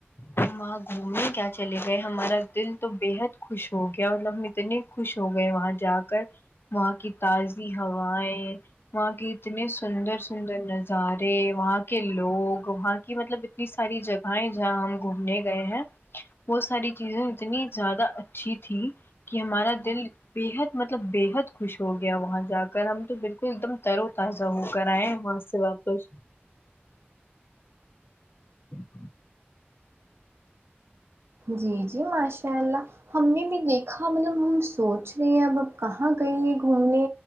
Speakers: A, on the left (about 65°); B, on the right (about 75°).
A: ہم وہاں گھومنے کیا چلے گئے ہمارا دل تو بےحد خوش ہو گیا اور ہم اتنے خوش ہو گئے وہاں جا کر وہاں کی تازی ہوائیں وہاں کی اتنے سندر سندر نظار ے وہاں کے لوگ وہاں کی مطلب اتنی ساری جگہیں جہاں ہم گھومنے گئے ہیں وہ ساری چیزیں اتنی زیادہ اچھی تھی کہ ہمارا دل بےحد مطلب بےحد خوش ہو گیا وہاں جا کر ہم تو بالکل ایک دم تر و تازہ ہو کرر آئے ہیں وہا ں سے سے واپس <inaudible>
B: جی جی ماشاء اللہ ہم نے بھی دیکھا مطلب ہم سوچ رہے ہیں اب اب کہاں گئی ہیں گھومنے